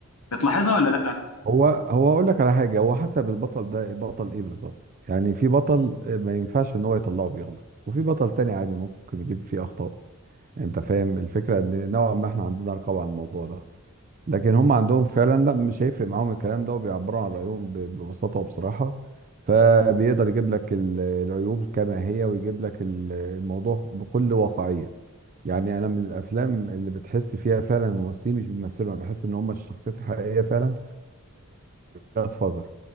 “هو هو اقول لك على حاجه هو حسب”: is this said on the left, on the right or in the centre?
Right